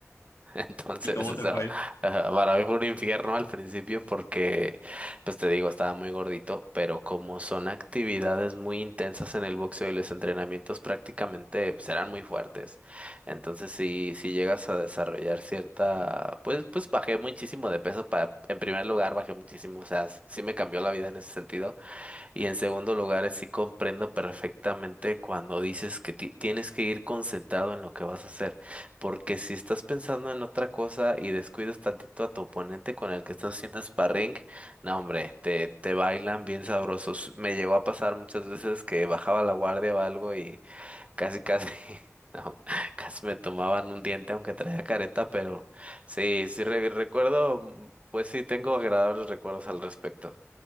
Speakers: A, on the right; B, on the left.
A: <laughs> Entonces,
B: ¿Y cómo
A: eso,
B: te fue?
A: ajá, para mí fue un infierno al principio porque, pues te digo, estaba muy gordito, pero como son actividades muy intensas en el boxeo y los entrenamientos prácticamente pues, eran muy fuertes. Entonces, si, si llegas a desarrollar cierta, pues, pues bajé muchísimo de peso para, en primer lugar, bajé muchísimo, o sea, s- sí me cambió la vida en ese sentido. Y en segundo lugar, sí comprendo perfectamente cuando dices que ti- tienes que ir concentrado en lo que vas a hacer, porque si estás pensando en otra cosa y descuidas tantito a tu oponente con el que estás haciendo sparring, no hombre, te, te bailan bien sabrosos. Me llegó a pasar muchas veces que bajaba la guardia o algo y casi, casi, <laughs> no, casi me tomaban un diente aunque traía careta, pero sí, sí re- recuerdo, mm, pues sí, tengo agradables recuerdos al respecto.